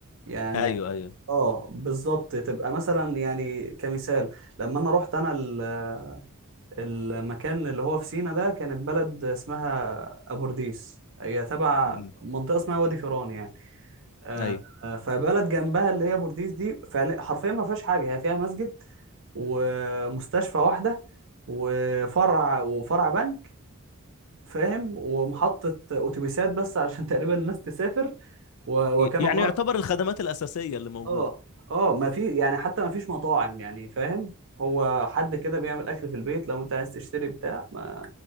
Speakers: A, on the right; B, on the left.
A: يعني
B: ايوه ايوه
A: اه بالظبط تبقى مثلا يعني كمثال لما انا رحت انا ال- المكان اللي هو في سينا ده كانت بلد اسمها ابورديس هي تبع
B: امم
A: منطقه اسمها وادي فيران يعني آه،
B: ايوه
A: آه، فبلد جنبها اللي هي بورديس دي فعلا حرفيا ما فيهاش حاجه هي فيها مسجد ومستشفى واحده وفرع وفرع بنك فاهم ومحطه اتوبيسات بس عشان <laughs> تقريبا الناس تسافر و-
B: ي-
A: وكان
B: يعني
A: الله
B: يعتبر الخدمات الاساسيه اللي موجوده
A: اه اه ما في يعني حتى ما فيش مطاعم يعني فاهم هو حد كده بيعمل اكل في البيت لو انت عايز تشتري بتاع ما